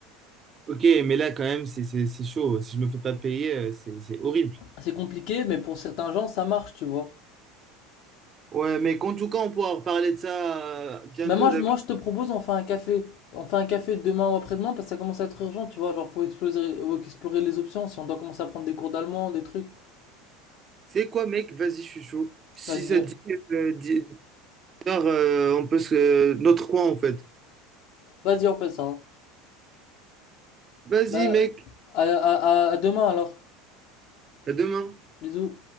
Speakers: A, on the right (about 35°); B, on the left (about 55°).
A: Ok, mais là, quand même, c'est c'est- c'est chaud. Si je me fais pas payer, euh, c'est c'est horrible.
B: C'est compliqué, mais pour certains gens, ça marche, tu vois.
A: Ouais, mais en tout cas, on pourra reparler de ça euh, bientôt,
B: Mais moi, je,
A: d'accord?
B: moi, je te propose, on fait un café. On fait un café demain ou après-demain, parce que ça commence à être urgent, tu vois. Genre, faut explorer, faut explorer les options, si on doit commencer à prendre des cours d'allemand, des trucs.
A: C'est quoi, mec? Vas-y, je suis chaud. Si
B: Vas-y,
A: ça te dit, euh, 10 heures, euh, on peut se... euh, Notre coin, en fait.
B: vas-y, on fait ça.
A: Vas-y,
B: Bah,
A: mec.
B: à, à, à à demain, alors.
A: À demain.
B: Bisous.